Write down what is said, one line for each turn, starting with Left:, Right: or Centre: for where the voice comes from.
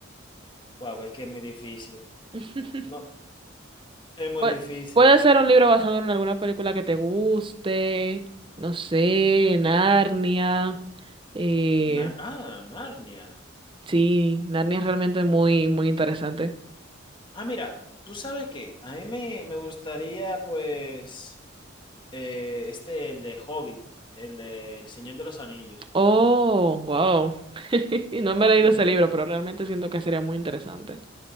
Left: Wow, es que es muy difícil.
Right: <laughs>
Left: No, es muy
Right: Pu-
Left: difícil.
Right: Puede ser un libro basado en alguna película que te guste, no sé, Narnia. Eh,
Left: Nar- ah, Narnia.
Right: sí, Narnia es realmente muy, muy interesante.
Left: Ah, mira, tú sabes qué? a mí me, me gustaría, pues, eh, este, el de Hobbit, el de El Señor de los Anillos.
Right: Oh, wow. <laughs> No me he leído
Left: Ujú.
Right: ese libro, pero realmente siento que sería muy interesante.